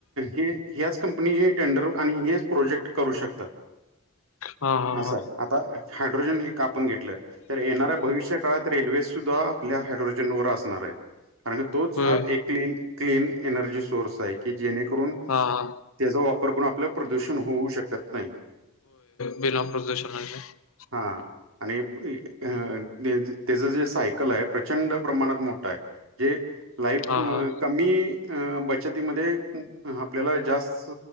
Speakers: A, on the right; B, on the left.
A: हे ह्याच कंपनी चे टेंडर आणि हेच प्रोजेक्ट करू शकतात.
B: हा हा
A: असं
B: हा
A: हाय आता हायड्रोजन एक आपण घे ल तर येणाऱ्या भविष्य काळात रेल्वे सुद्धा आपल्या हायड्रोजन व असणार आहेत. कारण कि तोच
B: होय
A: हा एक क्लीन क्लीन एनर्जी सोर्स आहे की, जेणेकरून
B: हा हा
A: तेजा वापर करून आपल्या प्रदूषण होऊ शकत नाही
B: बीना प्रदूषण <unintelligible>
A: हा. आणि इ अ तेच तेज जे सायकल हाय प्रचंड प्रमाणात मोठ हाय. जे लाईफ
B: हा हा
A: कमी अ बचतीमध्ये अ आपल्याला जास्त